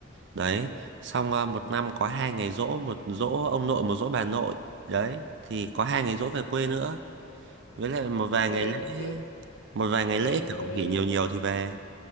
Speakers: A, on the right; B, on the left.
A: Đấy,
B: ừ.
A: xong ờ, một năm có hai ngày giỗ, một giỗ ông nội, một giỗ bà nội. Đấy, thì có
B: ừ.
A: hai ngày giỗ về quê nữa. Với lại một vài
B: về
A: ngày lễ,
B: về
A: một vài ngày
B: về
A: lễ kiểu
B: về
A: nghỉ nhiều nhiều thì về.